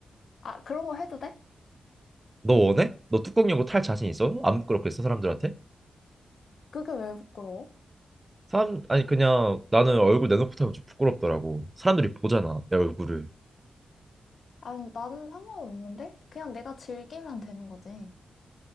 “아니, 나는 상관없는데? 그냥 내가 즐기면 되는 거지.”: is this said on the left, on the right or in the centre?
Left